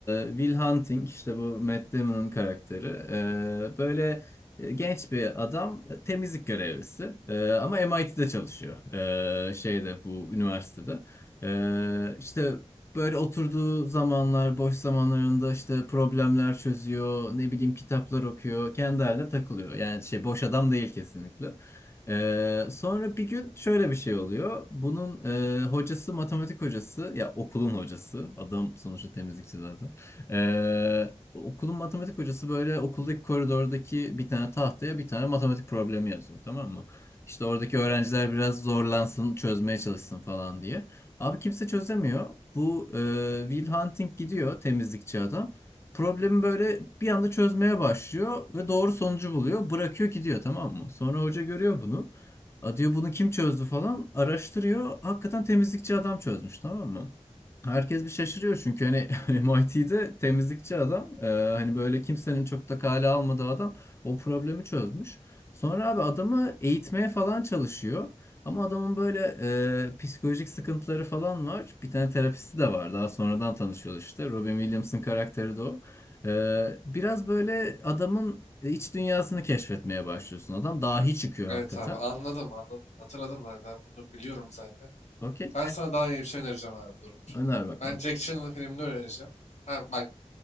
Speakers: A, on the left; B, on the left.
A: e, Will Hunting işte bu Matt Damon'ın karakteri e, böyle e, genç bir adam e, temizlik görevlisi E, ama MIT'de çalışıyor E, şeyde bu üniversitede E, işte böyle oturduğu zamanlar boş zamanlarında işte problemler çözüyor ne bileyim kitaplar okuyor kendi haline takılıyor yani şey boş adam değil kesinlikle. Ee, sonra bir gün şöyle bir şey oluyor. Bunun e, hocası matematik hocası ya okulun hocası adam sonuçta temizlikçi zaten. Ee, okulun matematik hocası böyle okuldaki koridordaki bir tane tahtaya bir tane matematik problemi yazıyor tamam mı? İşte oradaki öğrenciler biraz zorlansın çözmeye çalışsın falan diye. Abi kimse çözemiyor. Bu e, Will Hunting gidiyor temizlikçi adam. Problemi böyle bir anda çözmeye başlıyor ve doğru sonucu buluyor. Bırakıyor gidiyor tamam mı? Sonra hoca görüyor bunu. A diyor bunu kim çözdü falan araştırıyor. Hakikaten temizlikçi adam çözmüş tamam mı? Herkes bir şaşırıyor çünkü hani <laughs> MIT'de temizlikçi adam e, hani böyle kimsenin çok da kale almadığı adam o problemi çözmüş. Sonra abi adamı eğitmeye falan çalışıyor. Ama adamın böyle e, psikolojik sıkıntıları falan var. Bir tane terapisti de var. Daha sonradan tanışıyorlar işte. Robin Williams'ın karakteri de o. Ee, biraz böyle adamın iç dünyasını keşfetmeye başlıyorsun. Adam dahi çıkıyor
B: Evet
A: hakikaten.
B: abi anladım anladım. Hatırladım abi ben bunu biliyorum zaten.
A: Okey.
B: Ben sana daha iyi bir şey önereceğim abi dur dur.
A: Öner bakalım.
B: Ben Jack Channel'ın filmini önereceğim. Ha bak